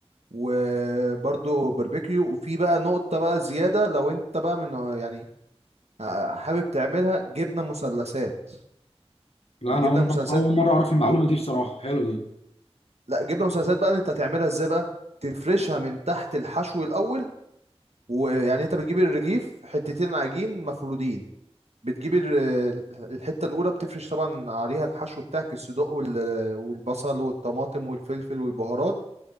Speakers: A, on the right; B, on the left.
A: وبرده باربيكيو وفي بقى نقطة بقى زيادة لو انت بقى من يعني آه، حابب تعملها جبنة مثلثات
B: لا
A: الجبنة
B: انا اول
A: المثلثات
B: مره اول مره اعرف المعلومه دي بصراحه حلوه دي
A: لا جبنة مثلثات بقى انت هتعملها ازاي بقى تفرشها من تحت الحشو الاول ويعني انت بتجيب الرغيف حتتين عجين مفرودين بتجيب ال- الحتة الأولى بتفرش طبعا عليها الحشو بتاعك الصدوق وال- والبصل والطماطم والفلفل والبهارات